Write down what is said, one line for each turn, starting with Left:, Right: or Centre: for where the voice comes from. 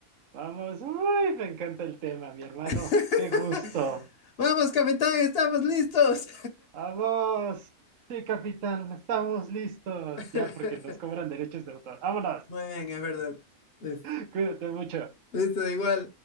Right: vamos. Uy, me encanta el tema, mi hermano.
Left: <laughs>
Right: Qué gusto.
Left: Vamos, capitán, estamos listos.
Right: Vamos. Sí, capitán, estamos listos.
Left: <laughs>
Right: Ya porque nos cobran derechos de autor. Vámonos.
Left: Muy bien, es verdad. Listo.
Right: <laughs> Cuídate mucho.
Left: Listo, da igual.